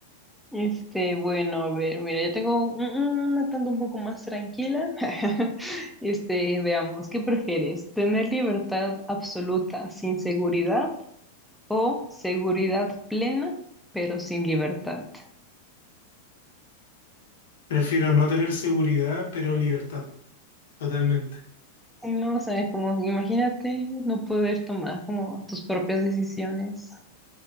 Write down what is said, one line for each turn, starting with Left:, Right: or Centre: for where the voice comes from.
Centre: este, bueno, a ver, mira, yo tengo un- un- una tanto un poco más tranquila. <laughs> Este, veamos, ¿qué prefieres? ¿Tener libertad absoluta sin seguridad o seguridad plena pero sin libertad?
Left: Prefiero no tener seguridad, pero libertad, totalmente.
Centre: Sí, No, o sea, como imagínate no poder tomar como tus propias decisiones.